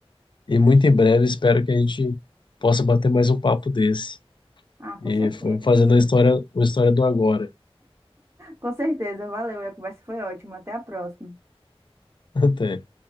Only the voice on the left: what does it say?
E muito em breve espero que a gente possa bater mais um papo desse.
E
vamos fazendo a história, uma história do agora.
<laughs> Até.